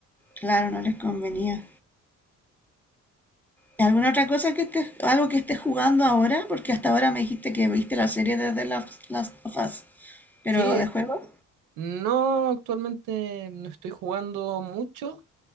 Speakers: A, in the centre; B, on the right.
A: Claro, no les convenía. ¿Alguna otra cosa que estés, algo que estés jugando ahora? Porque hasta ahora me dijiste que viste la serie de The Last Last of Us. Pero
B: Sí,
A: de juego,
B: no, actualmente no estoy jugando mucho,